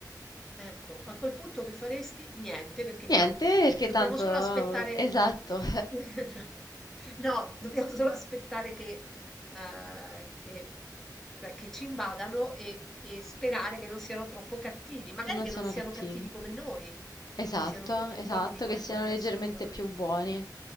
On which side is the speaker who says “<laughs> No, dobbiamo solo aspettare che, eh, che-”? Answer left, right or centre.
Centre